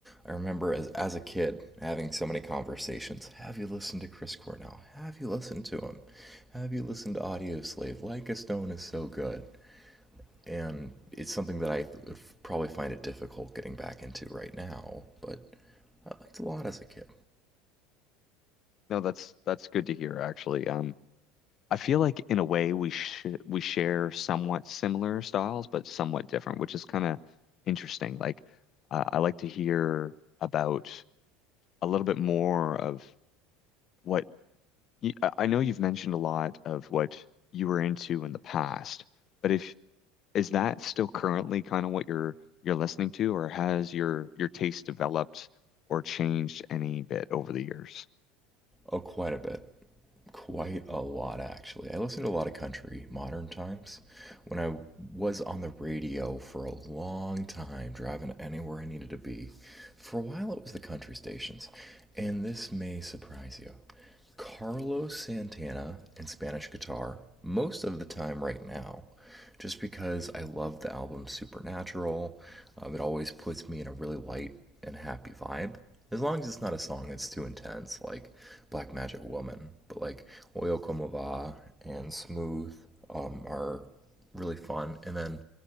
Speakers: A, in the centre; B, on the left.
A: I remember as, as a kid having so many conversations. Have you listened to Chris Cornell? Have you listened to him? Have you listened to Audioslave? Like a Stone is so good. And it's something that I th- would probably find it difficult getting back into right now, but I liked a lot as a kid.
B: No, that's that's good to hear actually. Um, I feel like in a way we sh we share somewhat similar styles, but somewhat different, which is kind of interesting. Like uh, I like to hear about a little bit more of what you, I I know you've mentioned a lot of what you were into in the past, but if is that still currently kind of what you're you're listening to, or has your your taste developed or changed any bit over the years?
A: Oh, quite a bit. Quite a lot, actually. I listen to a lot of country modern times. When I was on the radio for a long time, driving anywhere I needed to be, for a while it was the country stations. And this may surprise you. Carlos Santana and Spanish guitar most of the time right now, just because I love the album Supernatural. Um, it always puts me in a really light and happy vibe. As long as it's not a song that's too intense, like Black Magic Woman, but like Oil Como Va and Smooth um, are really fun. And then